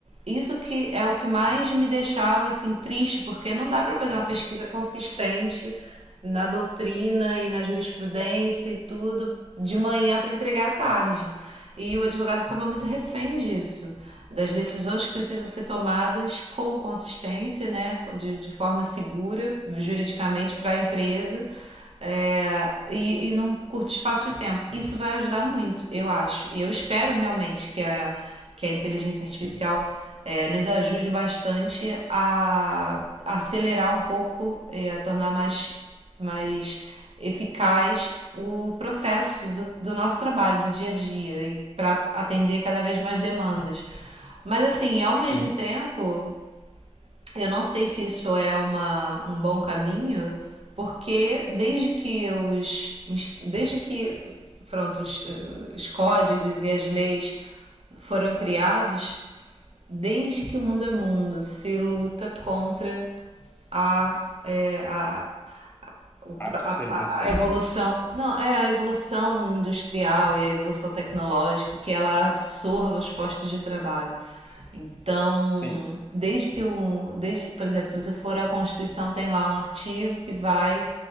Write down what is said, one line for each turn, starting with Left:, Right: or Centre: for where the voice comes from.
Right: isso que é o que mais me deixava assim triste, porque não dá para fazer uma pesquisa consistente na doutrina e na jurisprudência e tudo de manhã para entregar à tarde.
Left: sim,
Right: E o advogado ficava muito refém disso, das decisões que precisam ser tomadas com consistência, né, de, de forma segura juridicamente para a empresa, é, e, e num curto espaço de tempo. Isso vai ajudar muito, eu acho. E eu espero realmente que a, que a inteligência artificial
Left: sim,
Right: é, nos ajude bastante a, a acelerar um pouco e a tornar mais, mais eficaz o processo do, do nosso trabalho, do dia a dia, e para atender cada vez mais demandas. Mas assim, ao mesmo
Left: sim.
Right: tempo, eu não sei se isso é uma, um bom caminho, porque desde que os desde que pronto, os, eh, os códigos e as leis foram criados, desde que o mundo é mundo, se luta contra a, eh, a, o,
Left: Artificialização,
Right: a, a evolução,
Left: né?
Right: não, é a evolução industrial e a evolução tecnológica que ela absorva os postos de trabalho. Então,
Left: Sim,
Right: desde que o, desde, por exemplo, se você for à Constituição, tem lá um artigo que vai